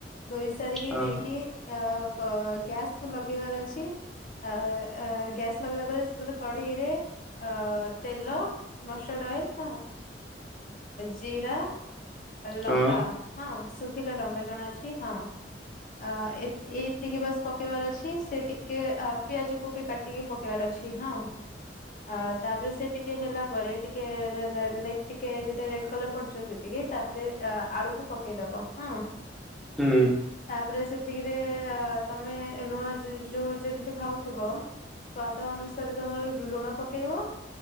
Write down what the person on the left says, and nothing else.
ଧୋଇ ସାରିକି
ନେଇକି ଆ ଗ ଗ୍ୟାସ୍ କୁ ଲଗେଇବାର ଅଛି। ଆ ଆ ଗ୍ୟାସ୍ ଲଗେଇଲା ପରେ ସେଗୋଟେ କଢେଇରେ ଅ ତେଲ ମସ୍ ଡାଇଲ୍ ହଁ ଜିରା ଲଙ୍କା
ହଁ ଶୁଖିଲା ଲଙ୍କା ଜଣା ଅଛି ହଁ ଅ ଏ ଏତିକି ବାସ୍ ପକେଇବାର ଅଛି। ସେ ଟିକିଏ ପିଆଜ କୁ ବି କାଟିକି ପକେଇବାର ଅଛି। ହଁ। ଆ ତାପରେ ସେ ଟି ଟିକିଏ ହେଲା ପରେ ଟିକିଏ ଟିକିଏ ଯେ ରେଡ କଲର ପଡିଯିବ ସେତିକି ତାପରେ ଆଳୁକୁ ପକ ପକେଇଦବ। ହଁ।
ତାପରେ ସେତିକିରେ ତମେ ଲୁଣଯ ଯୋଉ ଯେମିତି ଖାଉଥିବ ସ୍ଵାଦ ଅନୁସାରେ ତମର ଲୁଣ ପକେଇବ।